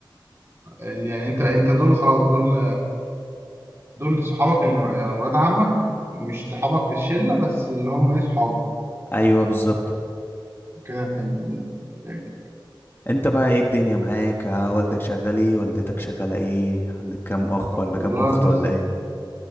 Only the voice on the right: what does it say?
ال- يعني أنت أنت دول خلاص دول دول صحابك اللي يعني ولاد عمك مش صحابك في الشلة بس اللي هم ايه صحابك
كده فهمت الدنيا فهمت
والله
بص